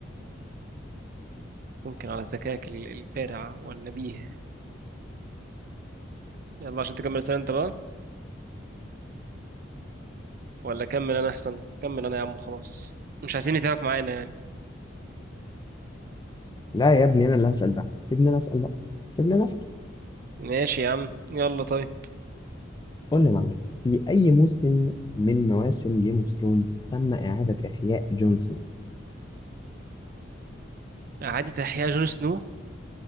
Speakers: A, on the right; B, on the left.
A: ممكن على ذكائك ال- البارع والنبيه يلا عشان تكمل سنة انت بقى ولا كمل انا احسن كمل انا يا عم خلاص مش عايزين نتابعك معانا يعني
B: لا يا ابني انا اللي هسال بقى سيبني انا اسال بقى سيبني انا اسال
A: ماشي يا عم يلا طيب
B: قول لي يا معلم في اي موسم من مواسم جيم اوف ثرونز تم اعاده احياء جون سنو
A: إعادة إحياء جون سنو